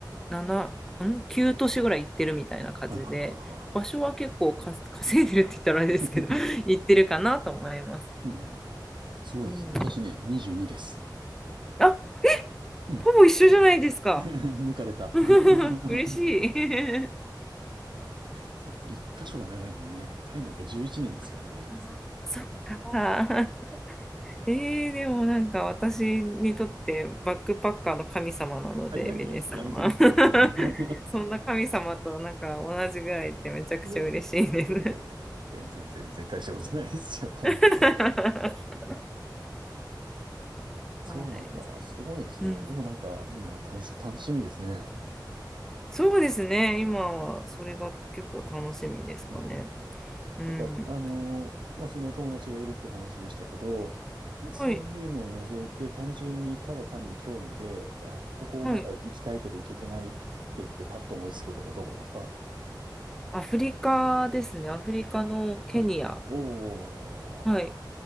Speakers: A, in the centre; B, on the right.
A: 7、ん ?9 都市ぐらい行ってるみたいな感じで、
B: はいはいは
A: 場所は結構か稼いでるって言ったらあれですけど、
B: いはいは
A: <laughs> 行ってるかなと思います。
B: い。<laughs> うん。すごいですね。
A: うん、
B: 私ね、22です。
A: あ、
B: うん。
A: ほぼ一緒じゃないですか。
B: <laughs> 抜かれた。
A: <laughs>
B: <laughs>
A: 嬉しい。
B: そう、一箇所が長いんでね、タイなんか11年ですからね。
A: <laughs> あーそっか。えー、でもなんか私にとってバックパッカーの神様なので、
B: あ、いやいやいや、
A: ベネさんは。
B: やめてくださいよ、
A: <laughs>
B: そんな。<laughs> い
A: そんな神様となんか同じぐらいってめちゃくちゃ嬉しいです。
B: やいやいやいや、いやいやいやいや、全然全然大したことないですよ、ほんと。
A: <laughs>
B: そうなんだ。
A: はい。
B: すごいですね。
A: うん。
B: でもなんか、いいな、楽し、楽しみですね。
A: そうですね。今はそれが結構楽しみですかね。
B: うんうんうん
A: うん。
B: なんか、あの、まあ、そのお友達がいるっていう話でしたけど、そういうのを除いて、
A: はい。
B: 単純にただ単に興味で、あ、ここまだ行きたいけど行けてないって言って、
A: はい。
B: パッと思いつくとこどこですか
A: アフリカですね。アフリカのケニア。
B: おうおう、お
A: はい。